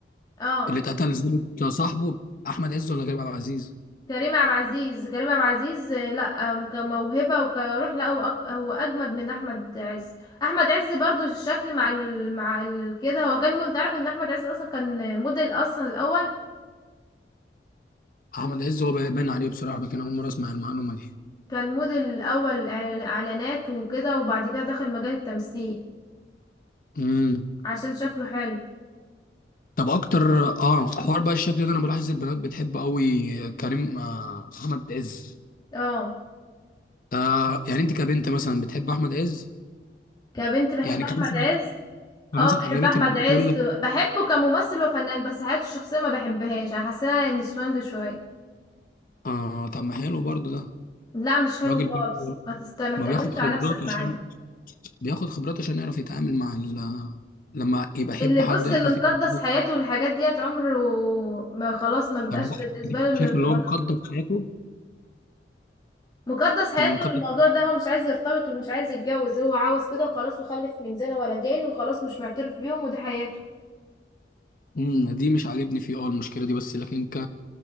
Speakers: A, on the left (about 20°); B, on the left (about 50°).
A: اه
B: اللي اتقتل ظابط صاحبه احمد عز ولا كريم عبد العزيز
A: كريم عبد العزيز كريم عبد العزيز آه، لا آم، كموهبة وكروح لا هو أك... هو أجمد من أحمد عز أحمد عز برضو الشكل مع ال... مع ال... كده هو كان م... أنت عارف إن أحمد عز أصلا كان موديل أصلا الأول
B: احمد عز هو باين عليه بصراحه لكن اول مره اسمع المعلومه دي
A: كان موديل أول إعلانات وكده وبعد كده دخل مجال التمثيل
B: امم
A: عشان شكله حلو
B: طب اكتر اه حوار بقى الشكل ده انا بلاحظ البنات بتحب قوي كريم آه احمد عز
A: اه
B: آه يعني انت كبنت مثلا بتحب احمد عز
A: كبنت بحب
B: يعني
A: أحمد
B: كمثلا
A: عز
B: كمثلا
A: اه بحب
B: اغلبيه
A: أحمد
B: البنات
A: عز
B: تقول لك
A: بحبه كممثل وفنان بس حياته الشخصية ما بحبهاش أنا حاساه إن سوانج شوية
B: اه طب ما حلو برضه ده
A: لا مش حلو
B: راجل
A: خالص
B: برضه
A: ما تست... ما تأمنش
B: ما بياخد خبرات
A: على نفسك
B: عشان
A: معاه
B: بياخد خبرات عشان يعرف يتعامل مع ال... لما يبقى يحب
A: اللي
B: حد
A: بص
B: يعرف
A: اللي مقدس
B: يتعامل
A: حياته والحاجات ديت عمره ما خلاص ما بيبقاش
B: طب هو
A: بالنسبة له الارتباط
B: شايف اللي هو مقدم في حياته
A: مقدس حياته
B: يعني مقدم
A: والموضوع ده هو مش عايز يرتبط ومش عايز يتجوز هو عاوز كده وخلاص وخلف من زنا ولدين وخلاص مش معترف بيهم وده حياته
B: امم دي مش عاجبني فيه اه المشكله دي بس لكن ك